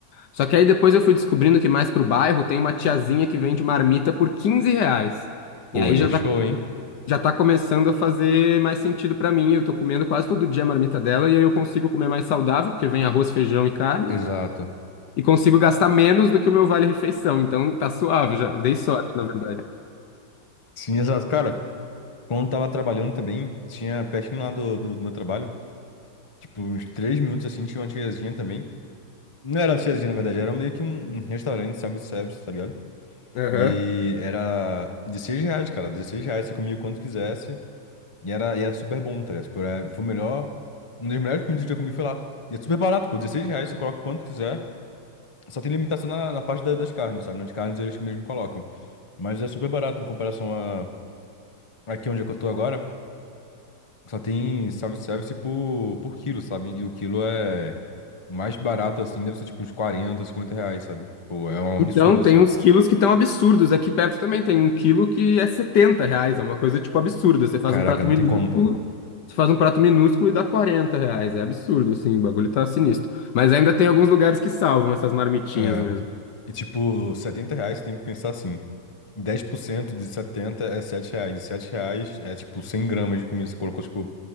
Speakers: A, on the left; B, on the left.
A: Só que aí depois eu fui descobrindo que mais pro bairro tem uma tiazinha que vende marmita por 15 reais.
B: Pô,
A: E aí
B: aí
A: já
B: é show,
A: tá, co-
B: hein?
A: já tá começando a fazer mais sentido pra mim. Eu tô comendo quase todo dia a marmita dela e aí eu consigo comer mais saudável, porque vem arroz, feijão e carne
B: Exato.
A: e consigo gastar menos do que o meu vale-refeição. Então tá suave, já dei sorte, na verdade.
B: Sim, exato. Cara, quando eu tava trabalhando também, tinha pertinho lá do, do, do meu trabalho, tipo, uns três minutos assim, tinha uma tiazinha também. Não era lanchezinha, na verdade, era meio que um, um restaurante, self-service, tá ligado?
A: Aham.
B: E era 16 reais, cara, 16 reais, você comia quanto quisesse, e era, e era super bom, tá ligado? Tipo, era- foi o melhor, uma das melhores comidas que eu já comi foi lá. E é super barato, pô, 16 reais, você coloca quanto quiser, só tem limitação na, na parte da- das carnes, sabe? Nas carnes eles mesmo colocam, mas é super barato em comparação a aqui onde é que eu tô agora, só tem self-service por, por quilo, sabe? E o quilo é... O mais barato, assim, deve ser tipo uns 40, 50 reais, sabe? Pô, é um absurdo,
A: Então
B: assim.
A: tem uns quilos que estão absurdos. Aqui perto também tem um quilo que é 70 reais, é uma coisa tipo absurda. Você faz
B: Caraca,
A: um prato
B: não
A: minúsculo,
B: tem como, pô.
A: você faz um prato minúsculo e dá 40 reais. É absurdo, assim, o bagulho tá sinistro. Mas ainda tem alguns lugares que salvam essas marmitinhas
B: É.
A: mesmo.
B: E tipo, 70 reais tem que pensar assim. dez por cento de setenta é 7 reais. E 7 reais é tipo 100 gramas de comida. Você colocou tipo